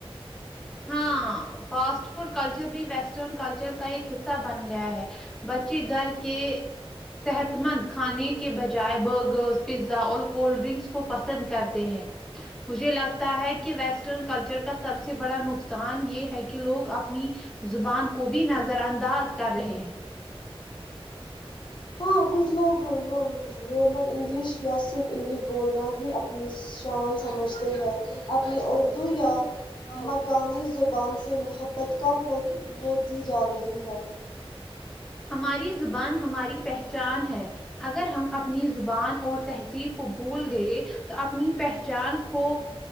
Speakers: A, in the centre; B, on the left.
A: ہاں فاسٹ فوڈ کلچر بھی ویسٹرن کلچر کا ایک حصہ بن گیا ہے بچے گھر کے صحت مند کھانے کے بجائے برگر پیزا اور کولڈ ڈرنکس کو پسند کرتے ہیں مجھے لگتا ہے کہ ویسٹرن کلچر کا سب سے بڑا نق نقصان یہ ہے کہ لوگ اپنی زبان کو بھی نظر انداز کر رہے ہیں
B: ہاں کچھ لوگ رومن انگلش یا صرف انگلش بولنا ہی اپنی شان سمجھتے ہیں اپنی اردو یا مقامی زبان سے محبت کم ہو ہوتی جا رہی ہے
A: ہماری زبان ہماری پہچان ہے اگر ہم اپنی زبان اور تہذیب کو بھول گئے تو اپنی پہچان کھو